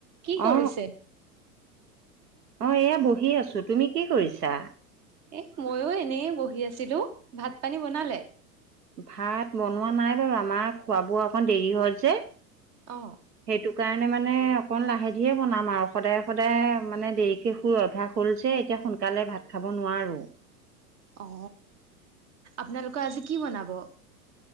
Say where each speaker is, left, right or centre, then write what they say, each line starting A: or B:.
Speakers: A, on the right; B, on the right.
A: কি কৰিছে?
B: অ, অ এয়া ব হি আছো, তুমি কি কৰিছা?
A: এ মইয়ো এনেই বহি আছিলো ভাত পানী বনালে।
B: ভাত বনোৱা নাই বাৰু আমাৰ খোৱা বোৱা অকন দেৰি হল যে।
A: অঁ।
B: সেইটো কাৰণে মানে অকণ লাহে ধীৰে বনাম আৰু সদায় সদায় মানে দেৰি শেটো অভ্যাস হ'ল যে এতিয়া সোনকালে ভাত খাব নোৱাৰো।
A: অ আপোনালোকৰ আজি কি বনাব?